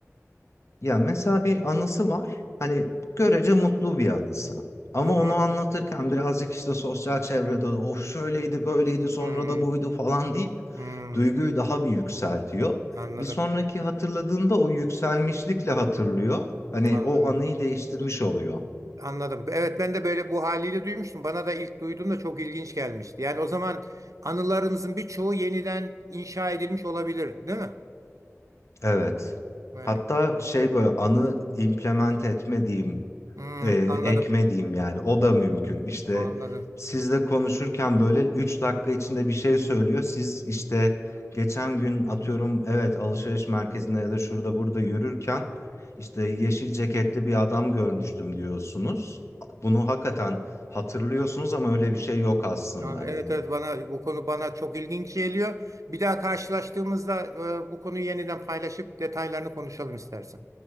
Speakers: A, on the left; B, on the right.
A: yani mesela bir anısı var, hani görece mutlu bir anısı. Ama
B: Hı hı.
A: onu anlatırken birazcık işte sosyal çevrede of şöyleydi, böyleydi, sonra
B: Hmm,
A: da buydu falan deyip
B: hmm.
A: duyguyu daha bir yükseltiyor.
B: Anladım.
A: Bir sonraki hatırladığında o yükselmişlikle hatırlıyor. Hani
B: Anladım.
A: o anıyı değiştirmiş oluyor.
B: Anladım. Evet ben de böyle bu haliyle duymuştum. Bana da ilk duyduğumda çok ilginç gelmişti. Yani o zaman anılarımızın birçoğu yeniden inşa edilmiş olabilir, değil mi?
A: Evet.
B: Evet.
A: Hatta şey böyle anı implement etme diyeyim,
B: Hmm,
A: e,
B: anladım.
A: ekme yani o da mümkün. İşte
B: Anladım.
A: sizle konuşurken böyle 3 dakika içinde bir şey söylüyor. Siz işte geçen gün atıyorum evet alışveriş merkezinde ya da şurada burada yürürken işte yeşil ceketli bir adam görmüştüm diyorsunuz. Bunu hakikaten hatırlıyorsunuz ama öyle bir şey yok aslında.
B: Ya,
A: Hani
B: Evet evet bana bu konu bana çok ilginç geliyor. Bir daha karşılaştığımızda e, bu konuyu yeniden paylaşıp detaylarını konuşalım istersen.